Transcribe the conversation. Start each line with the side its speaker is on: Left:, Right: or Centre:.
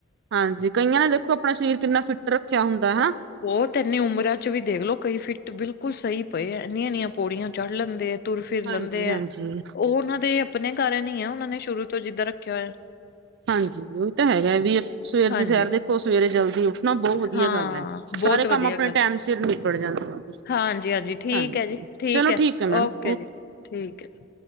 Right: ਹਾਂਜੀ ਕਈਆਂ ਨੇ ਦੇਖੋ ਅਪਣਾ ਸ਼ਰੀਰ ਕਿੰਨਾ ਫਿੱਟ ਰੱਖੇਆ ਹੁੰਦਾ, ਹਣਾ
Left: ਬੋਤ ਏਨੀ ਉਮਰਾਂ ਚ' ਵੀ ਦੇਖਲੋ, ਕਈ ਫਿੱਟ ਬਿਲਕੁਲ ਸਈ ਪਏ ਏ, ਐੱਨੀਆਂ- ਐੱਨੀਆਂ ਪੌੜੀਆਂ ਚੜ ਲੈਂਦੇ ਐ। ਤੁਰ- ਫਿਰ
Right: ਹਾਂਜੀ
Left: ਲਂਦੇ ਐ,
Right: ਹਾਂਜੀ।
Left: ਓ ਓਨਾਂ ਦੇ ਅਪਣੇ ਕਾਰਨ ਈ ਐ ਓਨਾਂ ਨੇ ਸ਼ੁਰੂ ਤੋਂ ਜਿੱਦਾਂ ਰੱਖੇਆ ਹੋਏਆ।
Right: ਹਾਂਜੀ। ਉਈਂ ਤਾ ਹੈਗਾ ਵੀ, ਸਵੇਰ
Left: ਹਾਂਜੀ
Right: ਦੀ ਸੈਰ ਦੇਖੋ, ਸਵੇਰੇ ਜਲਦੀ ਉੱਠਣਾ ਬਹੁਤ ਵਧੀਆ
Left: ਹਾਂ
Right: ਗੱਲ ਹੈ। ਸਾਰੇ
Left: ਬਹੁਤ ਵਧੀਆ
Right: ਕੰਮ ਅਪਨੇ
Left: ਗੱਲ
Right: ਟੈਮ ਸਿਰ ਨਿਪੜ ਜਾਂਦੇ ਆ ਜੀ,
Left: ਹਾਂਜੀ ਹਾਂਜੀ ਠੀਕ
Right: ਹਾਂਜੀ,
Left: ਹੈ ਜੀ
Right: ਚਲੋ ਠੀਕ ਹੈ ਮੈਡਸ।
Left: ਓਕੇ ਠੀਕ ਹੈ ਜੀ।